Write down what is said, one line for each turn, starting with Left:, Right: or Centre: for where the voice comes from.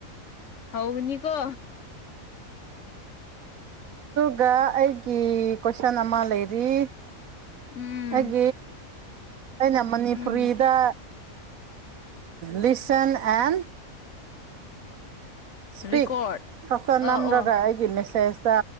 Left: ꯑꯣ ꯍꯅꯤꯀꯣ
Right: ꯑꯩꯒꯤ ꯀꯣꯏꯁꯟ ꯑꯃ ꯂꯩꯔꯤ
Left: ꯎꯝ
Right: ꯑꯦ ꯑꯩꯅ ꯃꯅꯤꯄꯨꯔꯤꯗ
Left: ꯎꯝ
Right: ꯂꯁꯟ ꯑꯦꯟ ꯁꯄꯤꯛ
Left: ꯔꯦꯀꯣꯔꯠ
Right: ꯐꯆ
Left: ꯑ
Right: ꯅꯝ
Left: ꯑꯣ
Right: ꯒ ꯑꯩꯒꯤ ꯃꯦꯁꯦꯖ